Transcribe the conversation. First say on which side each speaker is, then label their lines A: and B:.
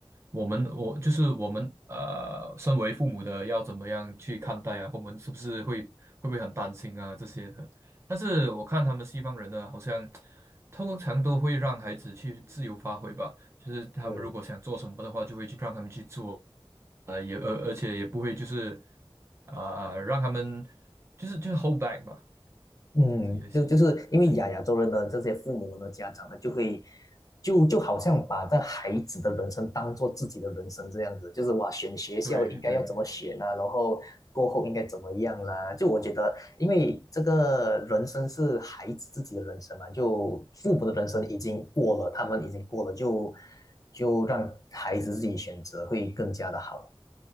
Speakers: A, on the right; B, on the left.
A: 我们我就是我们呃，身为父母的要怎么样去看待啊？我们是不是会会不会很担心啊这些的？但是我看他们西方人呢，好像通常都会让孩子去自由发挥吧。就是他们如果想做什么的话，
B: 对
A: 就会去让他们去做，呃，也而而且也不会就是啊、让他们就是就是 hold back 吧，
B: 嗯，
A: 这样子也是，
B: 就就是因为亚亚洲人的这些父母呢，
A: 对
B: 家长呢，就会就就好像把这孩子的人生当做自己的人生这样子，就是哇，选学校应该要怎么选啊，
A: 对对，
B: 然后过后应该怎么样啦、就我觉得，因为这个人生是孩子自己的人生嘛，就父母的人生已经过了，他们已经过了，就就让孩子自己选择会更加的好。